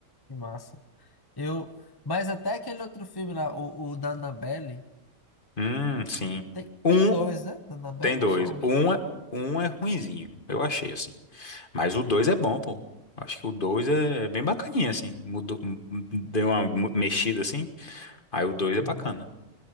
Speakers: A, on the left; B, on the left.
A: Que massa. Eu, mas até aquele outro filme lá, o, o da Annabelle,
B: Hum, sim.
A: tem, tem
B: Um,
A: dois,
B: o-
A: né? Da Annabelle
B: tem dois.
A: ou só um?
B: Um é, um é ruinzinho, eu achei, assim. Mas o dois é bom, pô. Acho que o dois é é bem bacaninha, assim. Mudou, m- m- deu uma mu- mexida, assim. Aí o dois é
A: Uhum.
B: bacana.